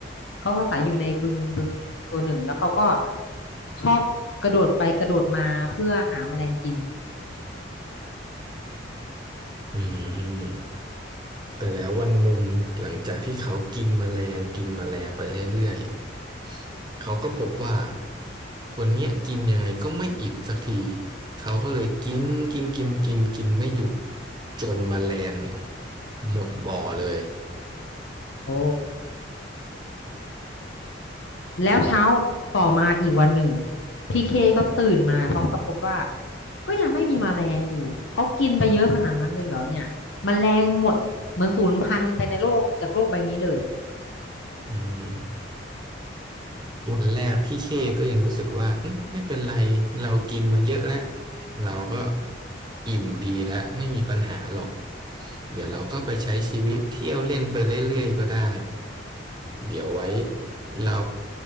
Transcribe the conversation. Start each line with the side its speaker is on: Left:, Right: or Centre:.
Left: เขาอาศัยอยู่ในบึงบึงตัวหนึ่งแล้วเขาก็ชอบกระโดดไปกระโดดมาเพื่อหาแมลงกิน
Right: อืม แต่แล้ววันหนึ่งหลังจากที่เขากินแมลงกินแมลงไปเรื่อยๆเขาก็พบว่าวันเนี้ยกินยังไงก็ไม่อิ่มสักทีเขาก็เลยกินกินกินกินกินไม่หยุดจนแมลงเนี่ยหมดบ่อเลย
Left: โอ้ แล้วเช้าต่อมาอีกวันหนึ่งพี่เคก็ตื่นมาพร้อมกับพบว่าก็ยังไม่มีแมลงอยู่ เขากินไปเยอะขนาดนั้นเลยเหรอเนี่ยแมลงหมดเหมือนสูญพันธุ์ไปในโลกจากโลกใบนี้เลย
Right: อืม วันแรกพี่เคก็ยังรู้สึกว่าอืมไม่เป็นไรเรากินมาเยอะแล้วเราก็อิ่มดีแล้วไม่มีปัญหาหรอกเดี๋ยวเราก็ไปใช้ชีวิตเที่ยวเล่นไปเรื่อยๆก็ได้เดี๋ยวไว้เรา